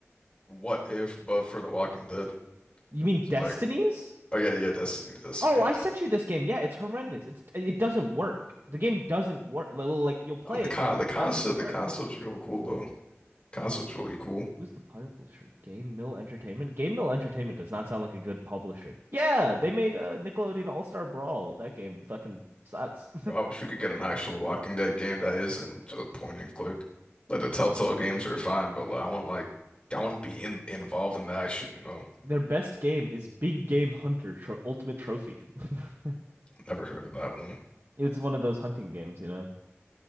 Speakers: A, on the left; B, on the right.
A: what if, but for The Walking Dead.
B: You mean
A: It's
B: Destinies?
A: like, oh yeah, yeah, Destiny, Destiny.
B: Oh, I sent you this game. Yeah, it's horrendous. It's it doesn't work. The game doesn't work. Like like, you'll play
A: Um, the
B: it
A: con,
B: and it
A: the concept,
B: doesn't work.
A: the concept's real cool though. Concept's really cool.
B: Who's the publisher? Game Mill Entertainment? Game Mill Entertainment does not sound like a good publisher. Yeah, they made uh, Nickelodeon All-Star Brawl. That game fucking sucks.
A: Bro, I wish we could get an actual Walking Dead game that isn't just point and click. Like the Telltale games are fine, but like, I want like I want to be in involved in the action. You know,
B: <laughs> Their best game is Big Game Hunter Tro Ultimate Trophy. <laughs>
A: never heard of that one.
B: It's one of those hunting games, you know.